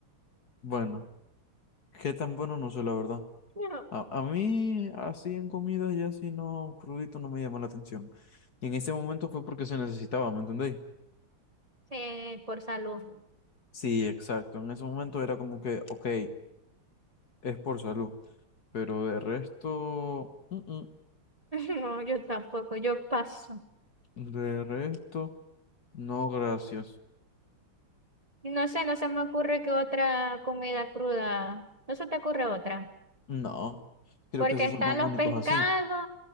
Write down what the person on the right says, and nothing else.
No,
eh, por salud.
<laughs> No, yo tampoco, yo paso.
Y no sé, no se me ocurre que otra comida cruda. No se te ocurre otra.
Porque
están
los
pescados